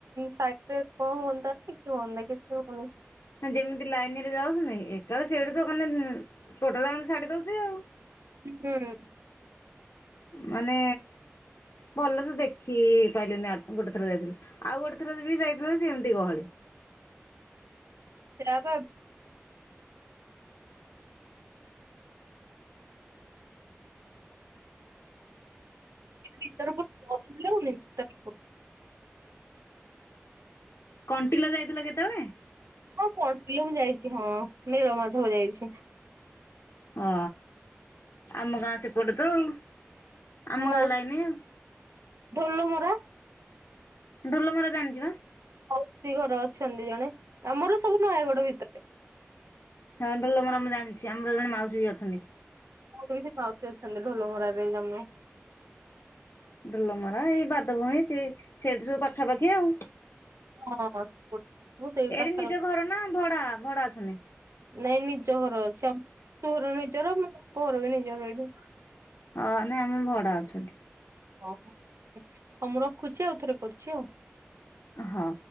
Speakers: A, on the right; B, on the left.
A: ସାଇ ରେ କଣ ହୁଅନ୍ତା ସେ କି ହୁଅନ୍ତା କିଛି ହଉନି।
B: ଯେମିତି ଲାଇନ ରେ ଯାଉଛୁନି ଏକାଳ ସେଠ ମାନେ ଟୋଟାଲେ ମାନେ ଛାଡ଼ି ଦଉଛି ଆଉ।
A: ହୁଁ
B: ମାନେ ଭଲସ ଦେଖି ପାଇଲୁନୁ ଆ ଗୋଟେ ଥର ଯାଇଥିଲୁ। ଆଉ ଗୋଟେ ଥର ବି ଯାଇଥିଲୁ ସେ ଏମିତି ଗହଳି।
A: ସେଟା ବା ଭିତରହୁ ଭିତର <inaudible>
B: କଣ୍ଟିଲ ଯାଇଥିଲ କେତେବେଳେ?
A: ହଁ କଣ୍ଟିଲୋ ମୁଁ ଯାଇଛି। ହଁ, ନୀଳମାଧବ ଯାଇଛି।
B: ହଁ, ଆମ ଗାଁ ସେପଟ ତ ଆଉ। ଆମ
A: ମୋ
B: ଗାଁ ଲାଇନି ଆଉ
A: ଢ଼ୋଲ ମରା
B: ଡୋଲମରା ଜାଣିଛି?
A: ମାଉସୀ ଘର ଅଛନ୍ତି ଜଣେ। ଆମର ସବୁ ନୟାଗଡ ଭିତରେ।
B: ହଁ, ଢୋଲମରା ମୁ ଜାଣିଛି ଆମର ଜଣେ ମାଉସୀ ବି ଅଛନ୍ତି।
A: ମୋର ବି ସେ ମାଉଶି ଆଛନ୍ତି ଢୋଲମରା ରେ ଜଣେ।
B: ଡୋଲ ମରା, ଏଇ ବାଦ ଭୂଇଁ ସେ ସେଠି ସବୁ ପାଖାପାଖି ଆଉ।
A: ହଁ ମୁଁ ସେଇ
B: ଏଠି
A: ପାଖରେ
B: ନିଜ ଘର ନା ଭଡା, ଭଡା ଅଛନ୍ତି?
A: ନାଇଁ ନିଜ ଘର ଅଛି। <unintelligible> ଘର ନିଜର ମୋ ବାପ ଘର ବି ନିଜର ଏଇଠି।
B: ହଁ, ନାଇଁ ଆମେ ଭଡା ଅଛୁ ଏଠି।
A: ଓହୋ। ହଉ ମୁଁ ରଖୁଛି। ଆଉ ଥରେ କରୁଛି ଆଉ।
B: ହଁ।